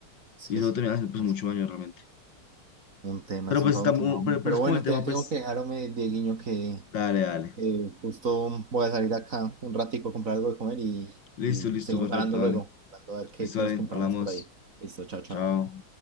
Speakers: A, on the right (about 40°); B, on the left (about 60°).
A: Es
B: Y
A: que
B: eso
A: sí.
B: termina haciendo,
A: no
B: pues, mucho daño realmente.
A: Un tema,
B: Pero,
A: es
B: pues,
A: un todo
B: tamo-
A: un tema. hombre.
B: pero, pero
A: Pero
B: es
A: bueno,
B: como el tema,
A: te tengo
B: pues,
A: que dejar, hombre, Dieguiño, que
B: dale, dale.
A: eh, justo voy a salir acá un ratico a comprar algo de comer y,
B: Listo,
A: y
B: listo,
A: seguimos
B: perfecto,
A: hablando luego,
B: dale.
A: hablando a ver qué,
B: Listo,
A: qué
B: dale,
A: nos compramos
B: hablamos.
A: por ahí. Listo, chao, chao.
B: Chao.